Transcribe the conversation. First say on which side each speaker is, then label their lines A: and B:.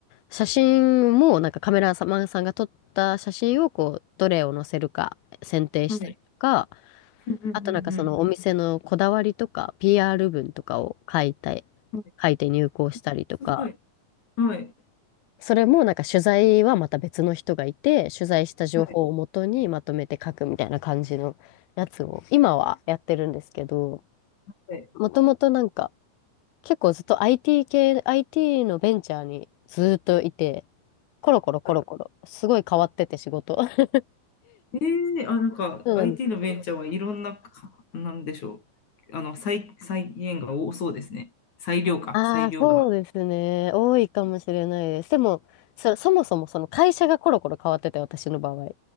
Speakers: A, on the left (about 90°); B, on the left (about 50°).
A: 写真もなんかカメラマンさんが撮った写真をこう、どれを載せるか選定したりとか、
B: はい。うんうんうん
A: あとなんかそのお店のこだわりとか、PR 文とかを書いた
B: うん。はい
A: 書いて入稿したりとか、
B: すごい。はい。
A: それもなんか取材はまた別の人がいて、取材した情報をもとにまとめて書くみたいな感じのやつを今はやってるんですけど、
B: はいはい。
A: もともとなんか結構ずっと IT 系、IT のベンチャーにずっといて、コロコロコロコロ、
B: はい
A: すごい変わってて仕事。<laughs>
B: えー、あ、なんか
A: そうなんです。
B: IT のベンチャーはいろんなか、なんでしょう。あの、再、再現が多そうですね。裁量か、
A: <laughs> ああ、
B: 裁量が。
A: そうですね。多いかもしれないです。でも、そ、そもそもその会社がコロコロ変わってて、私の場合。